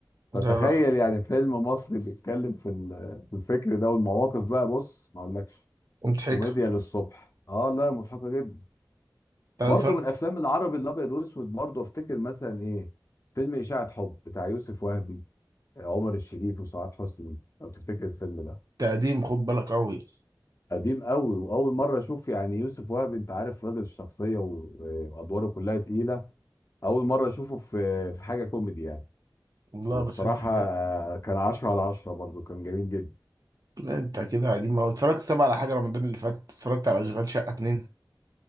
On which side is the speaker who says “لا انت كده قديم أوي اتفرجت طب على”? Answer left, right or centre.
Right